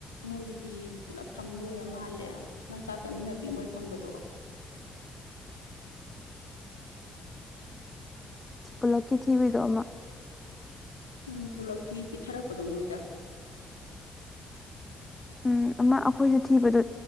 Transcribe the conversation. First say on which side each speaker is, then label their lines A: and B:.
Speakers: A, on the left; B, on the left.
A: ꯃꯣꯏꯒꯤꯗꯤ ꯄꯨꯂꯞ ꯐꯪ ꯂꯣꯏꯔ ꯃꯥꯜꯂꯦ ꯅꯪ ꯆꯥꯛ ꯆꯠꯃꯤꯟꯅꯕꯤ ꯃꯣꯏ ꯐꯪꯕꯗꯣ
B: ꯊꯤ ꯄꯨꯜꯂꯛꯀꯤ ꯊꯤꯕꯩꯗꯣ ꯑꯃ
A: ꯎꯝ ꯊꯨꯂꯞꯀꯤ ꯄꯤꯊꯔꯛꯄꯗꯣ ꯃꯣꯏꯗ
B: ꯎꯝ ꯑꯃ ꯑꯩꯈꯣꯏꯁꯨ ꯊꯤꯕꯗꯣ